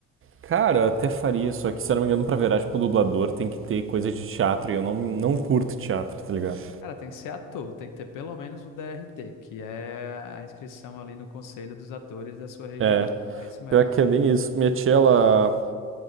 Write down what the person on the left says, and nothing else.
Cara, tem que ser ator, tem que ter pelo menos o DRT, que é a inscrição ali no Conselho dos Atores da sua região.
É isso mesmo.